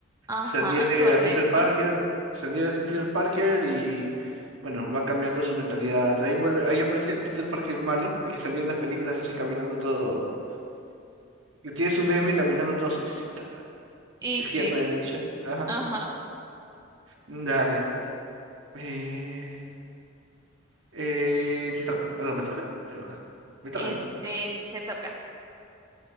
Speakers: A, on the right; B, on the right.
A: Ajá,
B: Se adhiere
A: correcto.
B: a Peter Parker, se adhiere a Peter Parker y, bueno, va cambiando su mentalidad. Ahí vuelve, ahí aparece el Peter Parker malo, el que salía en las películas así caminando todo, que tiene su meme caminando todo sexy. ta,
A: Y
B: Izquierda,
A: sí,
B: derecha, ajá.
A: ajá.
B: Dale. Eh, Eh, te toca. Ah, no, me toca. Te toca. Me toca,
A: Este,
B: ¿no?
A: te toca.